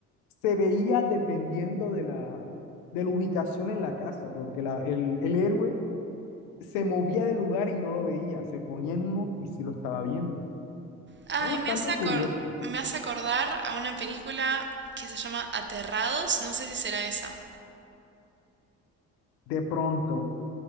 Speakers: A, on the left; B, on the right.
A: se veía dependiendo de la, de la ubicación en la casa, porque la, el, el héroe se movía del lugar y no lo veía, se ponía en uno y sí lo estaba viendo.
B: Ay,
A: Era bastante
B: me hace acor-
A: curioso.
B: me hace acordar a una película que se llama Aterrados. No sé si será esa.
A: De pronto,